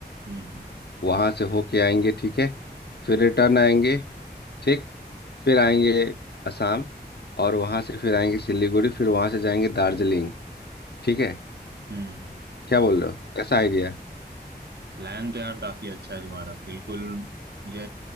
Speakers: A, on the right; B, on the left.
A: हम्म
B: वहाँ से होके आएंगे ठीक है फिर रिटर्न आएंगे ठीक फिर आएंगे असम और वहाँ से फिर आएंगे सिलीगुड़ी फिर वहाँ से जाएंगे दार्जिलिंग ठीक है
A: हम्म
B: क्या बोल रहे हो कैसा आइडिया है
A: प्लान तो यार काफी अच्छा है तुम्हारा बिल्कुल मुझे